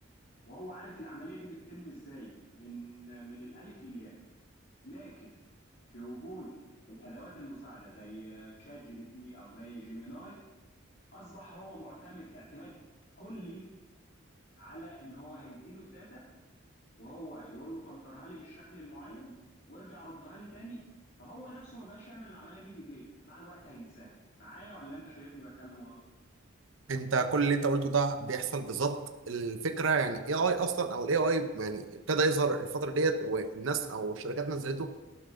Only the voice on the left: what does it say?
وهو عارف العملية دي بتتم إزاي من من الألف للياء لكن في وجود الأدوات المساعدة زي تشات جي بي تي أو زي جيميناي أصبح هو معتمد اعتماد كلي على إن هو هيديله الداتا وهو يقول له فلترها لي بالشكل المعين وارجع ردها لي تاني فهو نفسه ما بقاش يعمل العملية دي بإيديه مع الوقت هينساها معايا ولا أنت شايفني بتكلم غلط؟